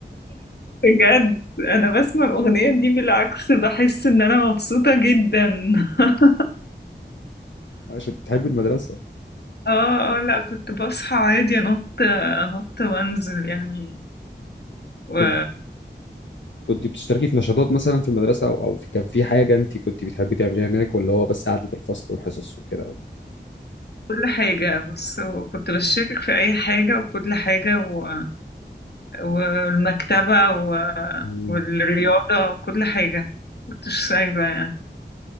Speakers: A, on the left (about 65°); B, on the left (about 85°).
A: بجد انا بسمع الاغنيه دي بالعكس بحس ان انا مبسوطه جدا <laughs>
B: عشان تحب المدرسه
A: اه اه لا كنت بصحى عادي انط انط وانزل يعني وكل
B: كنت كنت بتشتركي في نشاطات مثلا في المدرسه او او في- كان في حاجه انت كنت بتحبي تعمليها هناك ولا هو بس قعده الفصل والحصص وكده
A: حاجه بص وكنت بشارك في اي حاجه وكل حاجه و... والمكتبه و...
B: مم.
A: والرياضه وكل حاجه كنتش سايبه يعني